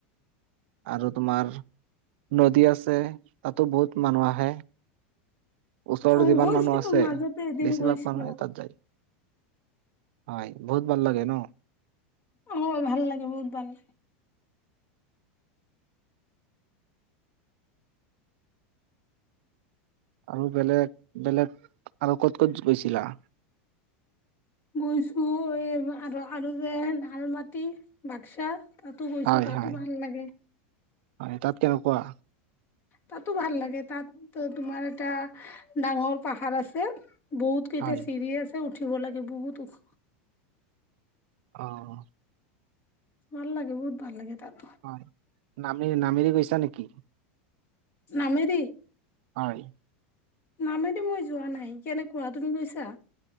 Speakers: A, on the right (about 70°); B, on the left (about 35°).
A: আৰু তোমাৰ নদী আছে, তাতো বহুত মানুহ আহে। ওচৰৰ
B: অ
A: যিমান
B: গৈছিলো
A: মানুহ আছে,
B: মাজতে এদিন
A: বেছিভাগ
B: গৈছিলো
A: মানুহে তাত যায়। হয়, বহুত ভাল লাগে ন?
B: অ', মোৰ ভাল লাগে, বহুত ভাল লাগে।
A: আৰু বেলেগ, বেলেগ আৰু ক'ত ক'ত গৈছিলা?
B: গৈছো এই আৰু আৰু যে আলমাটি বাক্সা তাতো গৈছোঁ
A: হয়
B: তাতো
A: হয়
B: ভাল লাগে।
A: হয়, তাত কেনেকুৱা?
B: তাতো ভাল লাগে, তাতটো তোমাৰ এটা ডাঙৰ পাহাৰ আছে। বহুত কেইটা
A: হয়
B: চিৰি আছে উঠিব লাগে বহুত ওখ।
A: অ'।
B: ভাল লাগে, বহুত ভাল লাগে তাত।
A: হয়, নামে-নামেৰি গৈছা নেকি?
B: নামেৰি?
A: হয়।
B: নামেৰি মই যোৱা নাই, কেনেকুৱা? তুমি গৈছা?